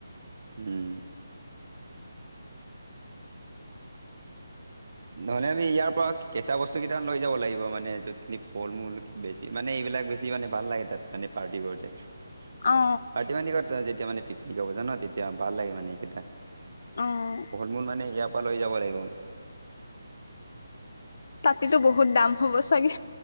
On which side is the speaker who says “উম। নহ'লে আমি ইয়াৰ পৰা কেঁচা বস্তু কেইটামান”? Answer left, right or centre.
Right